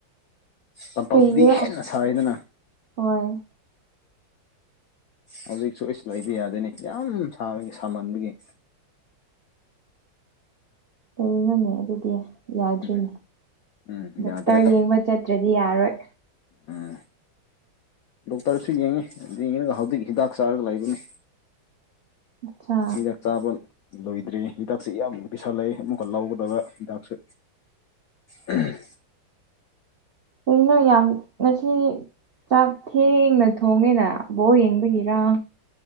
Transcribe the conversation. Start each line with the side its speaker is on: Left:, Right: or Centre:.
Left: ꯇꯄꯥꯛꯇꯗꯤ
Right: ꯀꯩꯒꯤꯔꯥ
Left: ꯍꯦꯟꯅ ꯁꯥꯔꯤꯗꯅ
Right: ꯍꯣꯏ
Left: ꯍꯧꯖꯤꯛꯁꯨ ꯑꯩꯁ ꯂꯩꯕ ꯌꯥꯗꯣꯏꯅꯤ ꯌꯥꯝ ꯁꯥꯕꯒꯤ ꯁꯥꯃꯟꯕꯒꯤ
Right: ꯀꯩꯅꯅꯦ ꯑꯗꯨꯗꯤ ꯌꯥꯗ꯭ꯔꯤꯅꯦ
Left: ꯎꯝ ꯎꯝ
Right: ꯗꯣꯛꯇꯔ
Left: ꯌꯥꯗ꯭ꯔꯦ
Right: ꯌꯦꯡꯕ ꯆꯠꯇ꯭ꯔꯗꯤ ꯌꯥꯔꯣꯏ
Left: ꯎꯝ ꯗꯣꯛꯇꯔꯁꯨ ꯌꯦꯡꯉꯤ ꯌꯦꯡꯉꯉꯒ ꯍꯧꯖꯤꯛ ꯍꯤꯗꯥꯛ ꯆꯥꯔꯒ ꯂꯩꯕꯅꯤ
Right: ꯑꯠꯆꯥ
Left: ꯏꯗꯛꯇꯕ ꯂꯣꯏꯗ꯭ꯔꯔꯤ ꯍꯤꯗꯥꯛꯁꯦ ꯏꯌꯥꯝꯕ ꯄꯩꯁꯥꯂꯦ ꯑꯃꯨꯛꯀ ꯂꯧꯒꯗꯕ ꯍꯤꯗꯥꯛꯁꯦ ꯎꯝ
Right: ꯀꯅꯣ ꯌꯥꯝ ꯉꯁꯤ ꯆꯥꯛꯊꯦꯡꯅ ꯊꯣꯡꯉꯦꯅ ꯕꯣꯛ ꯌꯦꯡꯕꯒꯤꯔ